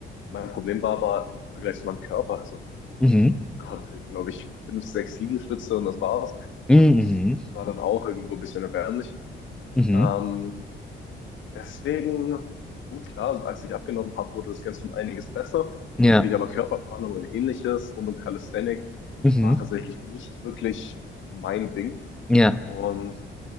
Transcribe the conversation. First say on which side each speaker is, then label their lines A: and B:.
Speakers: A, on the left; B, in the centre.
A: Mein Problem war aber im Vergleich zu meinem Körper. Also
B: Mhm.
A: ich konnte, glaube ich, fünf, sechs Liegestütze und das war's.
B: Mhm.
A: Und das war dann auch irgendwo ein bisschen erbärmlich.
B: Mhm. Mhm.
A: Ähm, Deswegen, gut, klar, als ich abgenommen habe, wurde das Ganze um einiges besser.
B: Ja.
A: Wirklich, aber Körperspannung und ähnliches rund um Calisthenic
B: Mhm.
A: war tatsächlich nicht wirklich mein Ding.
B: Ja.
A: Und